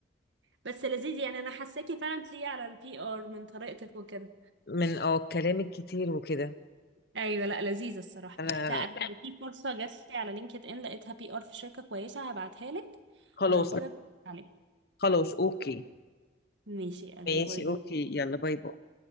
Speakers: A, on the right; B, on the left.
A: بس لذيذ يعني انا حاساكي فعلا تليقي على البي ار من طريقتك وكده
B: من اه الكلام الكتير وكده
A: ايوه لا لذيذة الصراحة
B: انا
A: لا انا لو في فرصة جات لي على لينكد ان لقيتها بي ار في شركة كويسة هبعتها لك
B: خلاص
A: ولو كده عليك
B: خلاص اوكي
A: ماشي يا قلبي
B: ماشي
A: باي باي
B: اوكي يلا باي باي